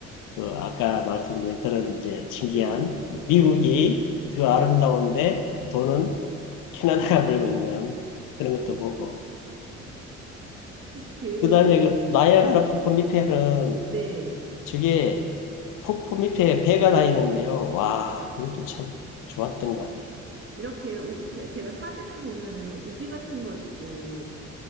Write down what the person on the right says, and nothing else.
네, 네,
네.
그,
네,
네.
이렇게 우, 제- 제가 사진에 보면은 우비 같은 거 입고